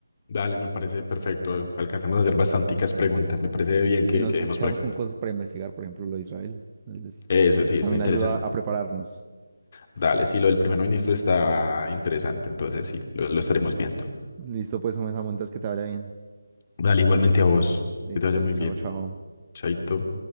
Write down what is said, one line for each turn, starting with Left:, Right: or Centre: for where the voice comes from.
Left: Dale, me parece perfecto. Alcanzamos a hacer bastanticas preguntas. Me parece
Right: Sí,
Left: bien
Right: sí.
Left: que,
Right: Y nos
Left: que dejemos
Right: y quedamos
Left: por aquí.
Right: con cosas para investigar, por ejemplo, lo de Israel. Entonces,
Left: Eso sí,
Right: también
Left: está interesante.
Right: ayuda a prepararnos.
Left: Dale, sí, lo del primer ministro está interesante. Entonces sí, lo, lo estaremos viendo.
Right: Listo, pues, Samome, Samu, entonces que te vaya bien.
Left: Dale, igualmente a vos.
Right: Listo,
Left: Que te vaya
Right: pues,
Left: muy
Right: chao,
Left: bien.
Right: chao.
Left: Chaito.